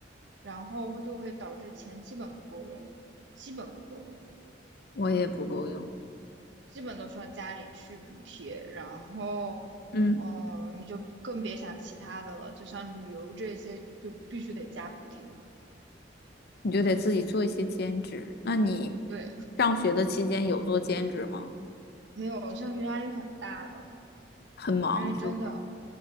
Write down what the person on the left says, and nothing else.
我也不够用。
嗯，
你就得自己做一些兼职。那你
上学的期间有做兼职吗？
很忙是不是？